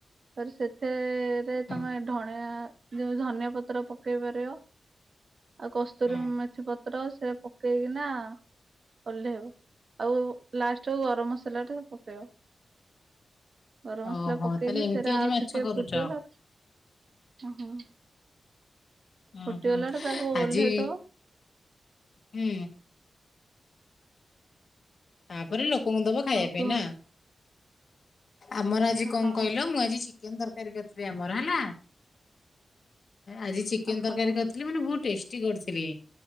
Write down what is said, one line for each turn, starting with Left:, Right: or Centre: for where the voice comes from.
Right: ଫେରେ ସେଥିରେ ତମେ
Left: ହୁଁ
Right: ଧଣିଆ ଯଉ ଧନିଆ ପତ୍ର ପକେଇ ପାରିବ, ଆଉ କସ୍ତୁରି
Left: ହୁଁ
Right: ମଥି ପ ପତ୍ର ସେ ପକେଇକିନା ଓଲ୍ହେଇବ, ଆଉ ଲାଷ୍ଟକୁ ଗରମ୍ ମସଲାଟା ପକେଇବ। ଗରମ ମସଲା
Left: ଓହୋ
Right: ପକେଇକି
Left: ତାହେଲେ ଏମିତି
Right: ସେରା
Left: ଆଜି
Right: ଆଉ
Left: ମାଛ
Right: ଟିକେ
Left: କରୁଛ
Right: ଫୁଟିଗଲା ଓହୋ।
Left: ହୁଁ
Right: ଫୁଟିଗଲାଠୁ
Left: ହୁଁ
Right: ତାକୁ
Left: ଆଜି
Right: ଓହ୍ଲେଇ
Left: <inaudible>
Right: ଦବ
Left: ହୁଁ। ତାପରେ ଲୋକଙ୍କୁ ଦବ ଖାଇବା
Right: ଆଉ
Left: ପାଇଁ
Right: କୁହ
Left: ନା ଆମର ଆଜି କଣ
Right: ହଁ
Left: କହିଲ ମୁଁ ଆଜି କେମିତି ତରକାରୀ କରିଥିଲେ ଆମର ହେଲା ଆଜି ଚିକେନ୍ ତରକାରୀ
Right: ହଉ
Left: ଥିଲି ମାନେ ବହୁତ୍ ଟେଷ୍ଟି କରିଥିଲି